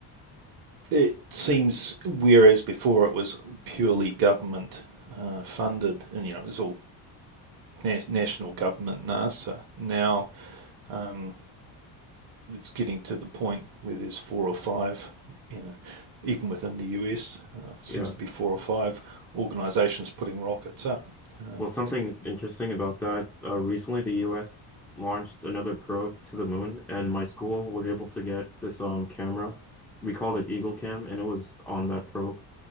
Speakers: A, on the right; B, in the centre.
A: it seems whereas before it was purely government uh, funded, and you know it was all na- national government NASA now um, it's getting to the point where there's four or five, you know, even within the US, uh, seems
B: Yeah.
A: to be four or five organisations putting rockets up. Um,
B: Well, something interesting about that, uh, recently the US launched another probe to the moon, and my school was able to get this um camera. We called it Eagle Cam, and it was on that probe.